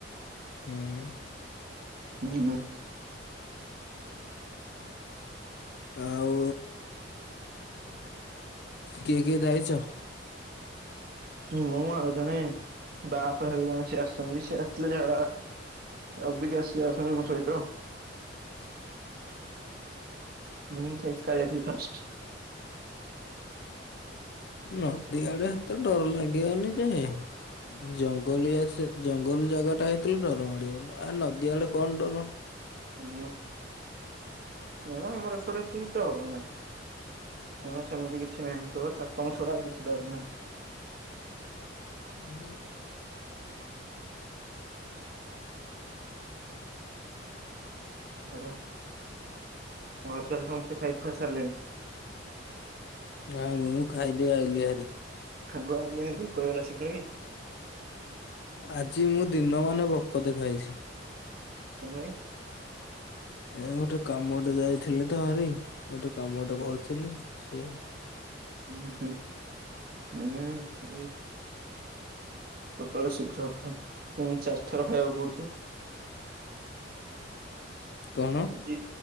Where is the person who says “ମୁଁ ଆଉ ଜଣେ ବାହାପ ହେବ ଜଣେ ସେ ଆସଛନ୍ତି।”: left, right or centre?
Right